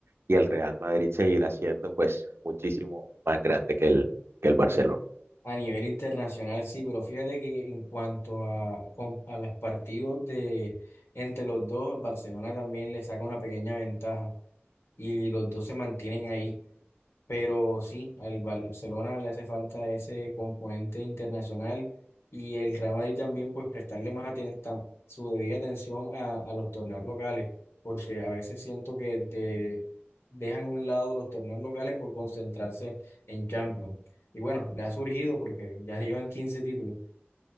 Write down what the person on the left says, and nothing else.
A nivel internacional, sí, pero fíjate que en cuanto a, con- a los partidos de entre los dos, Barcelona también le saca una pequeña ventaja y los dos se mantienen ahí. Pero sí, al Val- Barcelona le hace falta ese componente internacional y el Real Madrid también, pues prestarle más atención, su debida atención a, a los torneos locales, porque a veces siento que de- dejan a un lado los torneos locales por concentrarse en Champions. Y bueno, le ha surgido porque ya llevan 15 títulos.